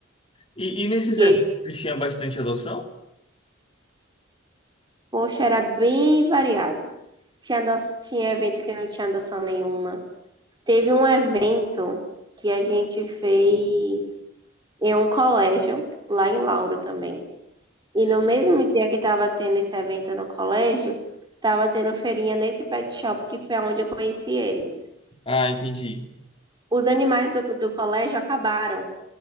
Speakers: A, on the left (about 30°); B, on the right (about 25°).
A: E, e nesses
B: que,
A: eventos tinha bastante adoção?
B: poxa, era bem variada. Tinha, do- tinha evento que não tinha adoção nenhuma. Teve um evento que a gente fez em um colégio, lá em Lauro também. E
A: Sim.
B: no mesmo dia que estava tendo esse evento no colégio, estava tendo feirinha nesse pet shop, que foi onde eu conheci eles.
A: Ah, entendi.
B: Os animais do, do colégio acabaram.